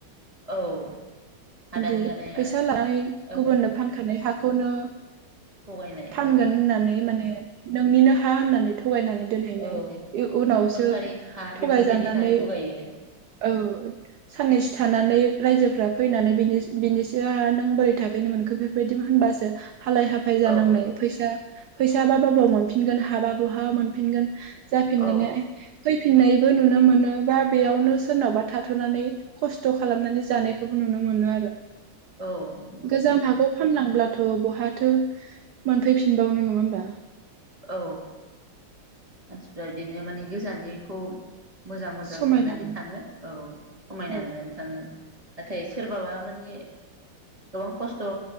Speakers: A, on the right (about 20°); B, on the right (about 65°).
A: औ हादान
B: दि
A: जानाया
B: फैसा लानाय
A: औ
B: गुबुननो फानखानाय हाखौ खौनो
A: थगायनाय
B: फानगोन
A: औ
B: होननानै माने नोंनिनो हा होननानै थ' थगायनानै दोनहैनाय
A: औ
B: उनावसो
A: सरखारि हा
B: थगायानानै
A: बेफोरबायदि होननानै थगायो
B: औ साननैसो थानानै रायजोफ्रा फै नानै बिनि बिनिसो नों बोरै थाफैनो मोनखो बेफोरबायदि होनबासो हालाय हाफाय जानांनाय
A: औ
B: फैसा फैसाबा बबाव मोनफिनगोन हाबा बहा मोनफिनगोन जाफिननानैहाय
A: औ
B: फै फिननायबो नुनो मोनो बा बेयावनो सोरनावबा थाथ'नानै खस्थ' खालामनानै जानायखौबो नुनो मोनो आरो
A: औ नुबोदों
B: गोजाम हाखौव फानलांब्लाथ' थ बहाथो मोनफैफिनबावनो नङा होमबा?
A: औ मानसिफ्रि बिदिनो मानि गोजाननिखौ मोजां मोजां
B: समायना
A: साननानै थाङो औ समायना
B: औ
A: नुनानै थाङो नाथाय सोरबाबा माने गोबां खस्थ